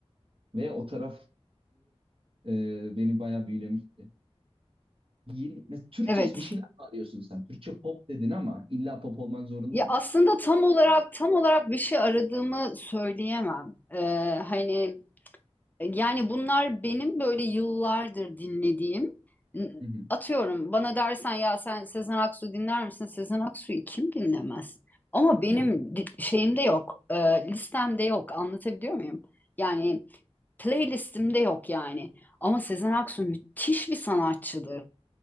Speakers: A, on the right (about 55°); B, on the left (about 15°).
A: Ve o tarafı e, beni bayağı büyülemişti. Yeni, mesela Türkçe
B: Evet.
A: bir şeyler mi arıyorsun sen? Türkçe pop dedin ama illa pop olmak zorunda
B: Ya
A: mı?
B: aslında tam olarak tam olarak bir şey aradığımı söyleyemem. Ee, hani yani bunlar benim böyle yıllardır dinlediğim n-
A: Hı hı.
B: atıyorum bana dersen ya sen Sezen Aksu dinler misin? Sezen Aksu'yu kim dinlemez? Ama benim
A: Hı hı.
B: di- şeyimde yok. e, listemde yok. Anlatabiliyor muyum? Yani playlistimde yok yani. Ama Sezen Aksu müthiş bir sanatçıdır.